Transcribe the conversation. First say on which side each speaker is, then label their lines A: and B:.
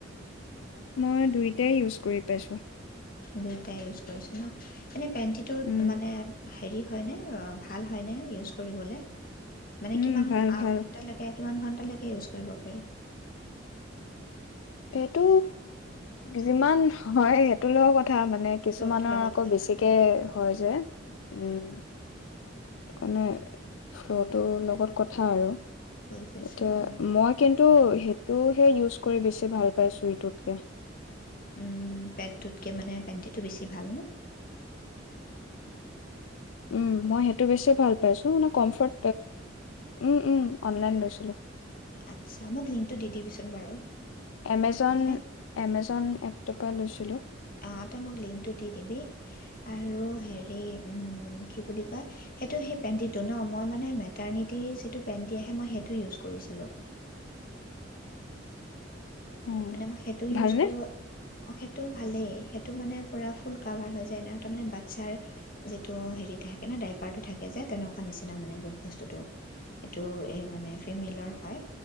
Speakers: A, on the left; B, on the left.
A: মই দুইটাই ইউজ কৰি পাইছোঁ
B: দুয়োটাই ইউজ কৰিছ ন এনে পেণ্টিটো
A: উম,
B: মানে হেৰি হয়নে ভাল হয়নে ইউজ কৰিবলৈ মানে
A: উম,
B: কিমান
A: ভাল
B: আ
A: ভাল।
B: ঘন্টা লাগে কিমান ঘ টা লৈকে ইউজ কৰিব পাৰি
A: এইটো যিমান হয় সেইটো লগ কথা তাৰ মানে কিছুমানৰ
B: ফ্ল'টোৰ লগত
A: আকৌ
B: কথা
A: বেছিকে হয় যে উম মানে ফ্ল'টো লগত কথা আৰু।
B: বুজিছোঁ
A: এতিয়া
B: অঁ
A: মই কিন্তু সেই টো সে ইউজ কৰিছ ভাল পায় চুইটুতকে
B: উ পেটটোতকে মানে পেণ্টিটো বেছি ভালনে
A: উ মই সেইটো বেছি ভাল পাইছো মানে উ কমফট উম উম অনলাইন লৈছো দ <unintelligible>
B: আচ্ছা মোক লিংকটো দি দিবিচোন বাৰু
A: এমেজন
B: মানে
A: এমেজন এপ টকা লৈছিলো
B: আহ তই মোক লিংকটো দি দিবি আৰু হেৰি কি বুলি কয় সেইটো সেই পেন্টিটো ন মই মানে মটাৰটি যিটো পেন্টি আহে মই সেইটো ইউজ কৰিছিলো
A: অ
B: মানে মই সেইটো ইউজ
A: ভালনে
B: কৰোঁ অঁ সেইটো ভালেই সেইটো মানে পূৰা ফুল কাভাৰ হৈ যায় এনে তাৰমানানে বাচ্ছাৰ যিটো হেৰি থাকে ন ডাইপাৰটো থাকে যে তেনেকুৱা নিচিনা মানে বস্তুটো এইটো এই মানে ফিমেলৰ হয়